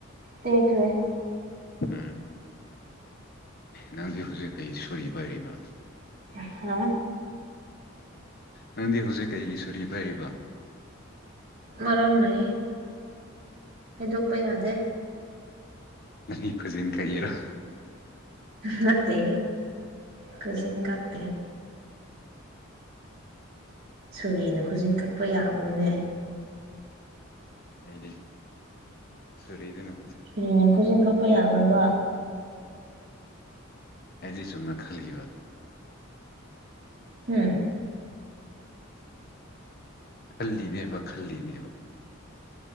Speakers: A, on the right; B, on the left.
A: ꯗꯈꯔꯦ
B: ꯎꯝ ꯅꯪꯗꯤ ꯍꯧꯨꯁꯨꯈꯩ ꯁꯔꯤꯕꯔꯕ
A: ꯍꯥ
B: ꯅꯪꯗꯤ ꯍꯧꯖꯤꯛ ꯀꯩꯒꯤ ꯁꯨꯔꯤ ꯄꯥꯏꯔꯤꯕ
A: ꯃꯔꯝ ꯂꯩ ꯍꯥꯏꯩꯗꯣꯛꯄ ꯌꯥꯗꯦ
B: ꯅꯪ ꯈꯨꯖꯤꯅ ꯀꯩ ꯌꯦꯔꯣ
A: ꯅꯇ ꯀꯖꯤꯤꯡ ꯀꯥꯔꯇ ꯁꯣꯔꯤꯅ ꯈꯨꯖꯤꯟ ꯀꯛꯄ ꯌꯥꯕ꯭ꯔꯣꯅꯦ
B: ꯍꯥꯏꯗꯤ ꯁꯔꯤ ꯏ ꯅ
A: ꯁꯨꯔꯤꯅ ꯈꯨꯖꯤꯟ ꯀꯛꯄ ꯌꯥꯕ꯭ꯔꯕ
B: ꯑꯦꯗꯤ ꯆꯨꯝꯅ ꯈꯜꯂꯤꯕ
A: ꯎꯝ
B: ꯈꯜꯂꯤꯅꯦꯕ ꯈꯜꯂꯤꯅꯦꯕ